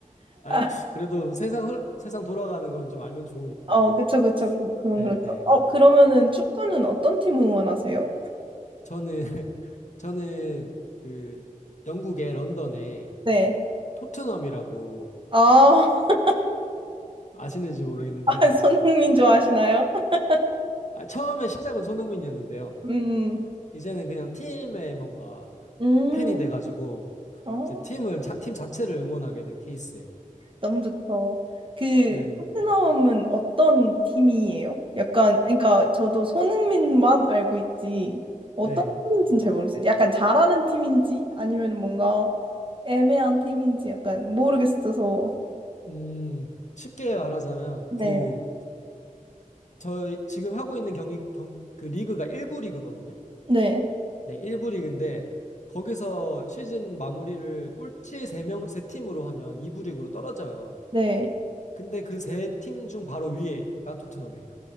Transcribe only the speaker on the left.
아,
그래도 세상, 흘- 세상 돌아가는 거는 좀 알면 좋으니까.
네,
네.
저는 저는 그 영국의 런던에
토트넘이라고
아시는지 모르겠는데
<laughs>
아, 처음에 시작은 손흥민이었는데요.
이제는 그냥 팀에 뭔가
팬이 돼가지고
이제 팀을 자, 팀 자체를 응원하게 된 케이스예요.
네,
네.
음, 쉽게 말하자면
그 저희 지금 하고 있는 경기 경, 그 리그가 1부 리그거든요.
네, 1부 리그인데 거기서 시즌 마무리를 꼴찌 세 명 세 팀으로 하면 2부 리그로 떨어져요.
근데 그 세 팀 중 바로 위에가 토트넘이에요.